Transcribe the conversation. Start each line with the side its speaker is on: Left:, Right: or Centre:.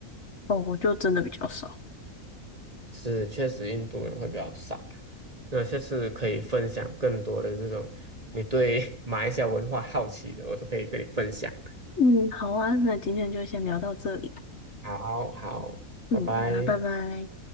Left: 哦，我就真的比较少。
Right: 是确实印度人会比较少。那下次可以分享更多的这种你对 <laughs> 马来西亚文化好奇的，我都可以跟你分享。
Left: 嗯，好啊，那今天就先聊到这里。
Right: 好好，
Left: 嗯，
Right: 拜拜。
Left: 那拜拜。